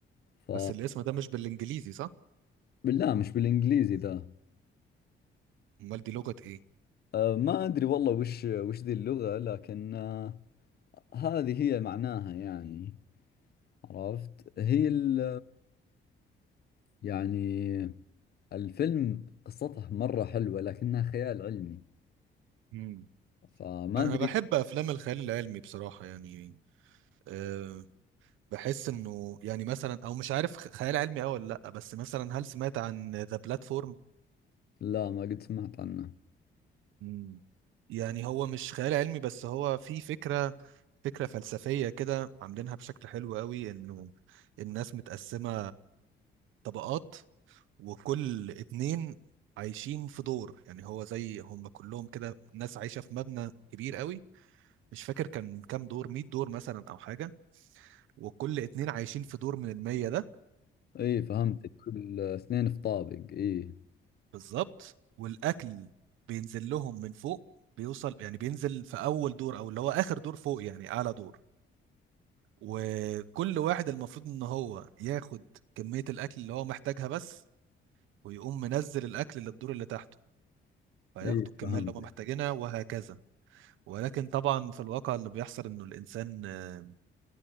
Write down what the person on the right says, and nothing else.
بس الاسم ده مش بالانجليزي صح
امال دي لغة ايه
مم.
انا
بحب افلام الخيال العلمي بصراحة يعني أه بحس انه يعني مثلا او مش عارف خ- خيال علمي او ولا لا بس مثلا هل سمعت عن ذا بلاتفورم
مم. يعني هو مش خيال علمي بس هو في فكرة فكرة فلسفية كده عاملينها بشكل حلو قوي انه الناس متقسمة طبقات وكل اتنين عايشين في دور يعني هو زي هم كلهم كده ناس عايشة في مبنى كبير قوي مش فاكر كان كام دور 100 دور مثلا او حاجة وكل اتنين عايشين في دور من المية ده
وبالظبط والاكل بينزل لهم من فوق بيوصل يعني بينزل في اول دور او اللي هو اخر دور فوق يعني اعلى دور وكل واحد المفروض ان هو ياخد كمية الاكل اللي هو محتاجها بس ويقوم منزل الاكل للدور اللي تحته فياخدوا
الكمية
اللي هم محتاجينها وهكذا ولكن طبعا في الواقع اللي بيحصل انه الانسان آه،